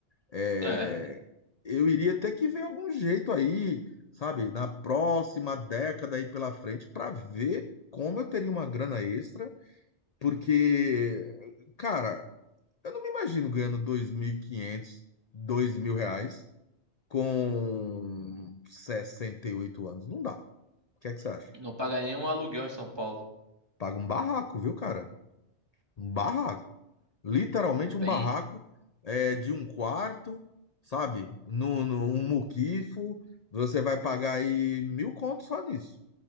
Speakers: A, on the left; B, on the right.
A: É,
B: é.
A: eu iria ter que ver algum jeito aí, sabe, na próxima década aí pela frente, pra ver como eu teria uma grana extra, porque Cara, Eu não me imagino ganhando 2.500, dois mil reais com 68 anos. Não dá. O que é que você acha?
B: Não paga nenhum aluguel em São Paulo.
A: Paga um barraco, viu, cara? Um barraco. Literalmente
B: Bem,
A: um barraco é, de um quarto, sabe? No, no, um muquifo. Você vai pagar aí mil contos só nisso,